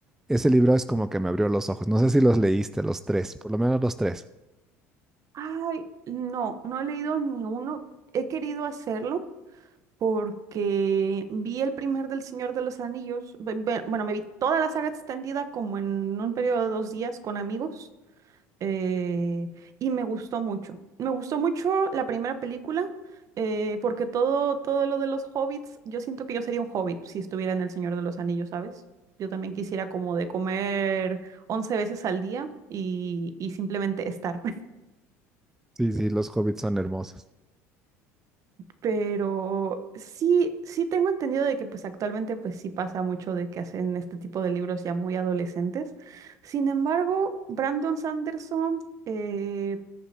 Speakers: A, in the centre; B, on the right.
A: Ese libro es como que me abrió los ojos. No sé si los leíste, los tres, por lo menos los tres.
B: <laughs> Ay, no, no he leído ni uno. He querido hacerlo porque vi el primer del Señor de los Anillos, be- be- bueno, me vi toda la saga extendida como en un periodo de dos días con amigos eh, y me gustó mucho. Me gustó mucho la primera película eh, porque todo, todo lo de los hobbits, yo siento que yo sería un hobbit si estuviera en el Señor de los Anillos, ¿sabes? Yo también quisiera como de comer 11 veces al día y, y simplemente estar.
A: Sí, sí, los hobbits son hermosos.
B: Pero sí, sí tengo entendido de que pues actualmente pues sí pasa mucho de que hacen este tipo de libros ya muy adolescentes. Sin embargo, Brandon Sanderson eh,